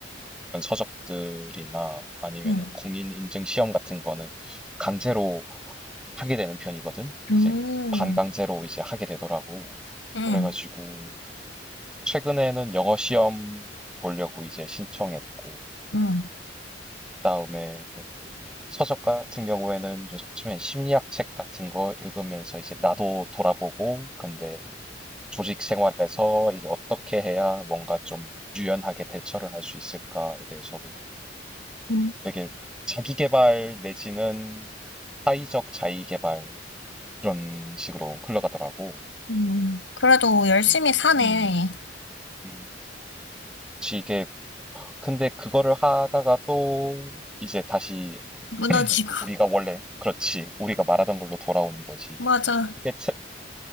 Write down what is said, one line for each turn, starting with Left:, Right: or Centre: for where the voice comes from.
Centre: 그런 서적들이나 아니면은
Left: 응.
Centre: 공인인증 시험 같은 거는 강제로 하게 되는 편이거든. 이제
Left: 음,
Centre: 반강제로 이제 하게 되더라고.
Left: 응,
Centre: 그래가지고 최근에는 영어 시험 보려고 이제 신청했고
Left: 응.
Centre: 그다음에 서적 같은 경우에는 요즘엔 심리학 책 같은 거 읽으면서 이제 나도 돌아보고 근데 조직 생활에서 이게 어떻게 해야 뭔가 좀 유연하게 대처를 할 수 있을까에 대해서도
Left: 음,
Centre: 되게 자기 개발 내지는 사회적 자의 개발 그런 식으로 흘러가더라고.
Left: 음. 그래도 열심히
Centre: 음,
Left: 사네.
Centre: 음, 음. 그치, 이게 근데 그거를 하다가 또 이제 다시
Left: 무너지고.
Centre: <clears throat>
Left: <laughs>
Centre: 우리가 원래 그렇지 우리가 말하던 걸로 돌아오는 거지.
Left: 맞아.
Centre: 이게 체-